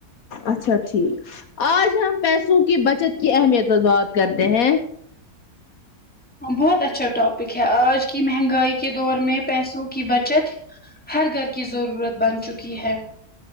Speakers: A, on the left; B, in the centre.
A: اچھا ٹھیک آج ہم پیسوں کی بچت کی اہمیت پر بات کرتے ہیں
B: بہت اچھا ٹاپک ہے آج کی مہنگائی کے دور میں پیسوں کی بچت ہر گھر کی ضرورت بن چکی ہے